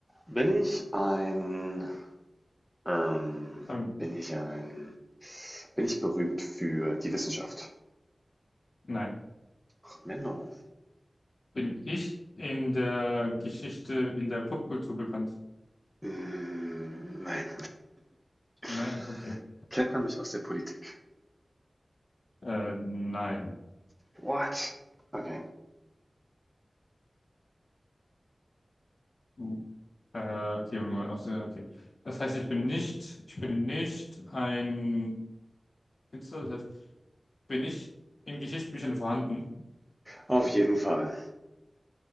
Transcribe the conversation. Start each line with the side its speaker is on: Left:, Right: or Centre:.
Centre: Bin ich ein, ähm,
Left: Ähm,
Centre: bin ich ein, bin ich berühmt für die Wissenschaft?
Left: nein.
Centre: Menno.
Left: Bin ich in der Geschichte, in der Popkultur bekannt?
Centre: Mm, Nein. <laughs>
Left: Nein, okay.
Centre: Kennt man mich aus der Politik?
Left: Äh, nein.
Centre: What? Okay.
Left: Hm. Äh, okay, wenn man aus der, okay. Das heißt, ich bin nicht, ich bin nicht ein Witzer, das heißt, bin ich in Geschichtsbüchern vorhanden?
Centre: Auf jeden Fall.